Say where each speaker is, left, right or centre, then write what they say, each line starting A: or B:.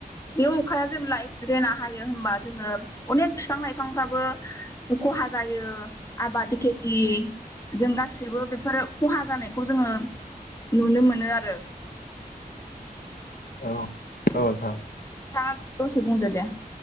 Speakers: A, on the left; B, on the left.
A: बे अखाया जेब्ला एसिद रेना हायो होमबा जोंशङो अनेक बिफां लाइफांफ्राबो खहा जायो आबाद खेथि जों गासिबो बेफोर खहा जानायखौ खौ जोङो नुनो मोनो आरो।
B: औ औ नोंथां।
A: नोंथांङा दसे बुंदो दे